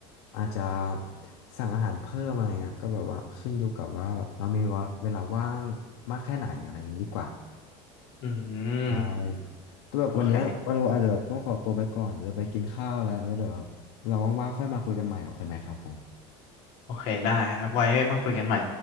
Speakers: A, on the left (about 85°); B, on the left (about 50°).
A: อาจจะสั่งอาหารเพิ่มอะไรเงี้ยก็แบบว่าขึ้นอยู่กับว่าเรามีเวลาว่างมากแค่ไหนอะไรอย่างนี้ดีกว่า
B: อื
A: ใช่
B: ม
A: แต่แบบวันเนี้ยวันเราอาจจะแบบต้องขอตัวไปก่อน
B: โอเค
A: เดี๋ยวจะไปกินข้าวแล้วแล้วเดี๋ยวแบบเราว่างๆค่อยมาคุยกันใหม่โอเคไหมครับผม
B: โอเคได้ครับไว้มาคุยกันใหม่